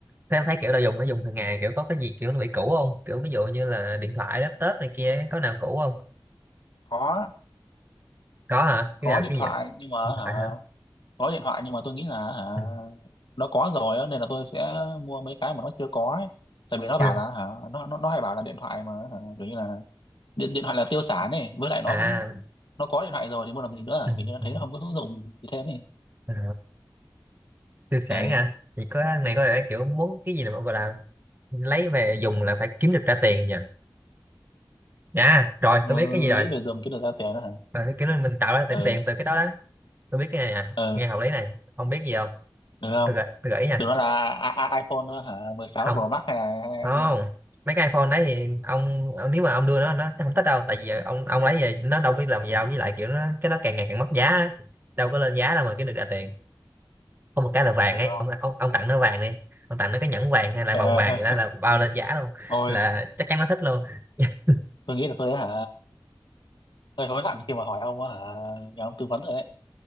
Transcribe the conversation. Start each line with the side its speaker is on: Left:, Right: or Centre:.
Right: thế em thấy kiểu đồ dùng nó dùng hàng ngày kiểu có cái gì kiểu nó bị cũ không kiểu ví dụ như là điện thoại laptop này kia có nào cũ không
Left: có
Right: có hả cái
Left: có
Right: nào
Left: điện
Right: cái
Left: thoại
Right: gì
Left: nhưng mà
Right: điện
Left: hả
Right: thoại hả
Left: có điện thoại nhưng mà tôi nghĩ là hả
Right: ừ,
Left: nó có rồi á, nên là tôi sẽ mua mấy cái mà nó chưa có ấy. tại vì nó
Right: chưa
Left: bảo là hả nó nó nó hay bảo là điện thoại mà hả, kiểu như là điện, điện thoại là tiêu sản này với lại nó
Right: à
Left: cũng nó có điện thoại rồi thì mua làm gì nữa à?
Right: ừ,
Left: kiểu như là
Right: ừ,
Left: thấy nó không có hữu dụng gì thêm ấy
Right: à, tiêu sản
Left: ừ
Right: à thì có này có lẽ kiểu muốn cái gì là gọi là lấy về dùng là phải kiếm được ra tiền nhỉ à rồi
Left: Ờ,
Right: tôi biết cái gì rồi
Left: lấy về dùng cái được ra tiền đó hả
Right: Ờ, cái nó mình tạo ra tiền
Left: ờ
Right: tiền từ cái đó đó tôi biết cái này nè
Left: ờ
Right: nghe hợp lý này ông biết gì không
Left: được không
Right: tôi gợi tôi gợi ý nha
Left: đừng nói là I I iPhone nữa hả 16
Right: không
Left: Pro Max hay là
Right: không mấy cái iPhone đấy thì ông, ông nếu mà ông đưa nó nó sẽ không thích đâu tại vì ông ông lấy về nó đâu biết làm gì đâu với lại kiểu nó cái đó càng ngày càng mất giá ấy. đâu có lên giá đâu mà kiếm được ra tiền có một cái là vàng
Left: được
Right: ấy
Left: không
Right: ông ông, ông tặng nó vàng đi ông tặng nó cái nhẫn vàng hay là
Left: trời
Right: vòng
Left: ơi
Right: vàng gì đó
Left: <laughs>
Right: là bao lên giá luôn
Left: thôi
Right: là chắc chắn nó thích luôn <laughs>
Left: tôi nghĩ là tôi hả hơi hối hận khi mà hỏi ông á hả nhờ ông tư vấn rồi đấy